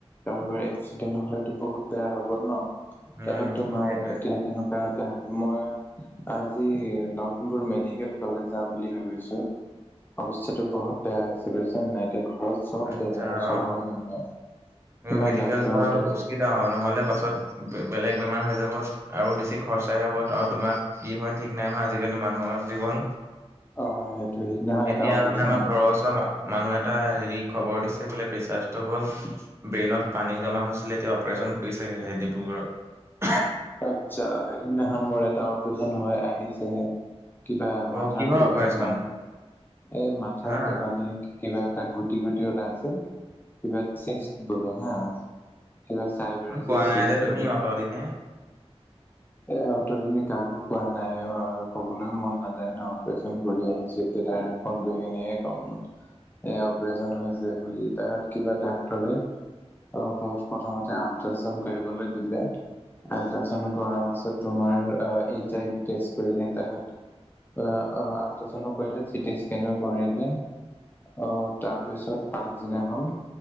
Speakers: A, on the left; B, on the right.
A: কাৰোবাৰ এক্সিডেন্ট হলেতো বহুত বেয়া হব ন তাৰপিছত
B: উম
A: তোমাৰ
B: সেইটোৱে
A: এতিয়া যেনেকুৱা তাহ মই আজি লখিমপুৰ মেডিকেল কলেজ যাম বুলি ভাবিছো। অৱস্থাটো বহুত বেয়া হৈছে বুজিছ নাই, এতিয়া ঘৰত চব
B: আচ্ছা
A: বেমাৰ চবৰে
B: অ
A: বেমাৰ। ইমান
B: মেডিকেল
A: ডাক্তৰক
B: যোৱা
A: দেখ
B: নহলে পাছত বেলেগ বেমাৰ হৈ যাব। আৰু বেছি খৰচাহে হ'ব আৰু তোমাৰ কি হয় ঠিক নাই নহয় আজিকালি মানুহৰ জীৱন।
A: অ সেইটো সিদিনাখন
B: এতিয়া
A: এটা অপাৰেচন
B: মানে আমাৰ
A: হল
B: ঘৰৰ ওচৰ মানুহে এটা হেৰি খবৰ দিছে বোলে প্ৰেচাৰটো হল। ব্ৰেইনত পানী জমা হৈছিলে, তেওঁ অপাৰচন কৰিছোগেহে ডিব্ৰুগড়ত।
A: আচ্ছা, সিদিনাখন মোৰ এটা অপাৰেচন হয় আহিছেহে। কিবা মাথাত
B: অ কিহৰ
A: কিবা
B: অপাৰেচন
A: এটা এই মাথাটো
B: হা
A: মানে কিবা তাক গুটি গুটি ওলাই আছিল কিবাষ্ট বোলে হা কিবা চাইবেৰিচিছ
B: মই কোৱা
A: চিষ্ট
B: নাই যে তুমি
A: বোলে
B: আঁতৰি নে
A: এ অতদিন কাকো পোৱা নাই অ' কবলৈও মন নাযায় ন। অপাৰেচন কৰি আহিছোঁ এতিয়া। ত ফোন কৰি কিনে কম। এ অপাৰেচন হৈছে বুলি তাহাত কিবা ডাক্টৰে। অ' প্ৰথমতে আল্ট্ৰাচণ্ড কৰিবলৈ দিলে। আল্ট্ৰাচণ্ড কৰা পাছত তোমাৰ এইচ আই ভিষ্টে কৰিলে তাহ অ আলটাচনো কৰিলে চিটিজ- নে কৰিলে আহ তাৰপিছত পাছদিনাখন